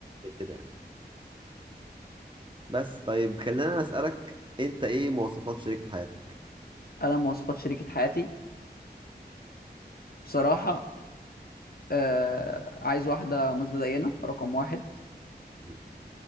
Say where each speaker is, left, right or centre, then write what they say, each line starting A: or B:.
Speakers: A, on the right; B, on the left.
A: كده يعني. بس طيب خلينا اسالك انت ايه مواصفات شريكة حياتك
B: انا مواصفات شريكة حياتي بصراحة آه عايز واحدة متدينة رقم واحد
A: مم.